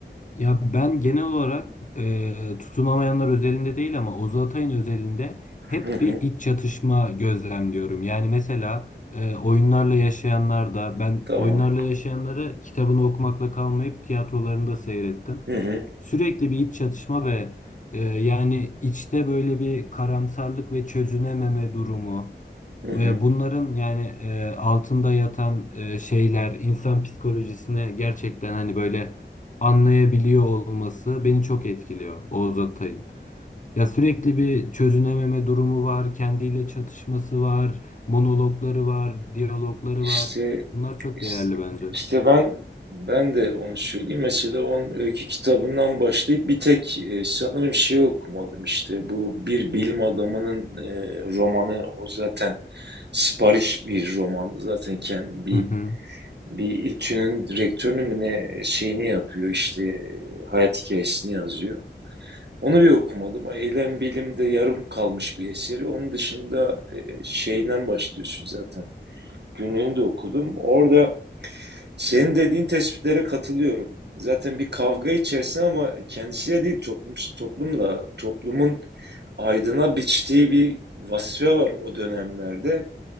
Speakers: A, on the left (about 45°); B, on the right (about 65°).
A: Ya ben genel olarak e, tutunamayanlar özelinde değil ama Oğuz Atay'ın özelinde hep
B: Hı hı,
A: bir iç çatışma gözlemliyorum. Yani mesela e, oyunlarla yaşayanlar da ben
B: tamam.
A: oyunlarla yaşayanları kitabını okumakla kalmayıp tiyatrolarını da seyrettim.
B: Hı hı,
A: Sürekli bir iç çatışma ve e, yani içte böyle bir karamsarlık ve çözünememe durumu.
B: hı hı.
A: ve Bunların yani e, altında yatan e, şeyler insan psikolojisine gerçekten hani böyle anlayabiliyor olması beni çok etkiliyor Oğuz Atay'ın. Ya sürekli bir çözünememe durumu var, kendiyle çatışması var, monologları var, diyalogları
B: İşte,
A: var. Bunlar çok
B: işte,
A: değerli bence.
B: işte ben ben de onu söyleyeyim. Mesela onun öykü kitabından başlayıp bir tek e, sanırım şey okumadım işte. Bu bir bilim adamının e, romanı o zaten sipariş bir roman. Zaten kendi bir
A: Hı hı.
B: bir İTÜ'nün rektörünü mü ne e, şeyini yapıyor işte e, hayat hikayesini yazıyor. Onu bir okumadım. Eylem bilimde yarım kalmış bir eseri. Onun dışında e, şeyden başlıyorsun zaten. Günlüğünü de okudum. Orada senin dediğin tespitlere katılıyorum. Zaten bir kavga içerisinde ama kendisiyle değil toplum, toplumla, toplumun aydına biçtiği bir vazife var o dönemlerde.